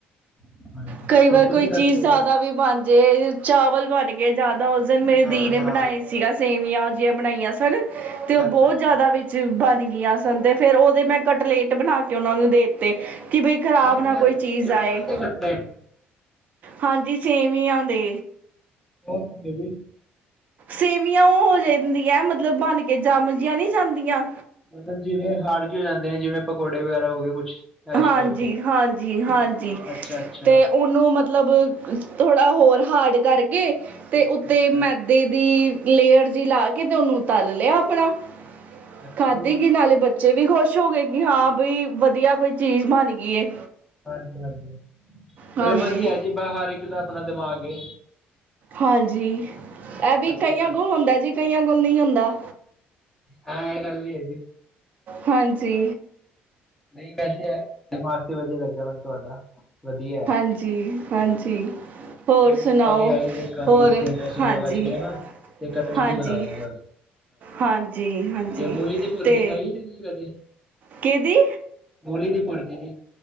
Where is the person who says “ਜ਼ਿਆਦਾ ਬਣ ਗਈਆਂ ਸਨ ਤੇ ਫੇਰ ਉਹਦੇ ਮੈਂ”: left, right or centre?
Right